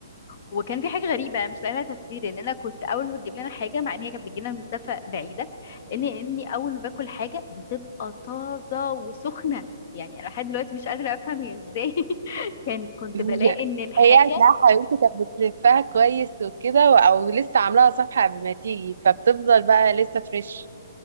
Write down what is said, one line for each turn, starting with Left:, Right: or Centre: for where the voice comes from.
Left: وكان في حاجه غريبه انا مش لاقي لها تفسير ان انا كنت اول ما بتجيب لنا حاجه مع ان هي كانت بتجي لنا من مسافه بعيده ان اني اول ما باكل حاجه بتبقى طازه وسخنه يعني انا لحد دلوقتي مش قادره افهم هي ازاي <laughs> كان كنت
Right: <laughs>
Left: بلاقي ان الحاجه
Right: هي هتلاقي حبيبتي كانت بتلفها كويس وكده و- او لسه عاملاها صفحه قبل ما تيجي فبتفضل بقى لسه فريش